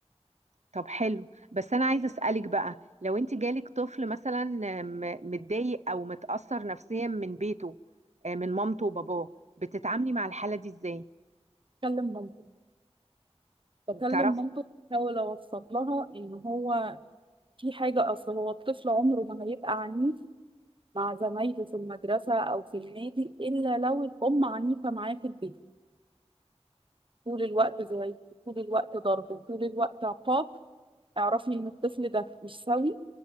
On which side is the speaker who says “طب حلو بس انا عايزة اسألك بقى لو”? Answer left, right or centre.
Right